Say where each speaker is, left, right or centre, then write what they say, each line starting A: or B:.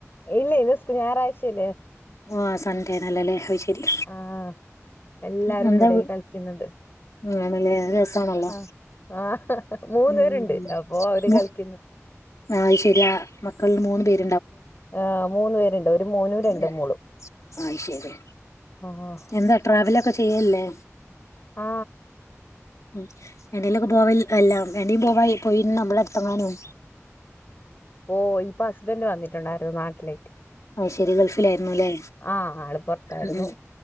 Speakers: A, on the left; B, on the left.
A: ഇല്ല ഇന്ന് ഞായറാഴ്ചല്ലേ?
B: ആ സൺഡേയാണല്ലോ അല്ലേ, അത് ശരി.
A: ആഹ് എല്ലാരും
B: സൺഡേ
A: ഉണ്ട് ഇവിടെ
B: വീ
A: കളിക്കുന്നുണ്ട്
B: <inaudible> ആണല്ലേ അത് രസാണല്ലോ.
A: ആഹ് ആഹ് മൂന്ന്
B: ഉം
A: പേരുണ്ട് അപ്പൊ അവര്
B: മൂ
A: കളിക്കുന്നു
B: ആ ശരിയാ മക്കൾ മൂന്ന് പേര്.
A: ആ മൂന്നു പേരുണ്ട് ഒരു മോനും രണ്ടു
B: ഏ,
A: മോളും.
B: അത് ശരി
A: ആഹ്
B: എന്താ ട്രാവലൊക്കെ ചെയ്യല്ലേ?
A: ആ
B: ഉം ഏടെലുവൊക്കെ പോകൽ എല്ലാ ഏടെ പോവായി പോയിൻ നമ്മളടുത്തങ്ങാനും.
A: ഓ ഇപ്പ ഹസ്ബൻഡ് വന്നിട്ടൊണ്ടാരുന്നു. ഈടെ നാട്ടിലേക്ക്,
B: അത് ശരി ഗൾഫിലായിരുന്നുല്ലേ
A: ആ ആള് പൊറത്തായിരുന്നു.
B: ഉം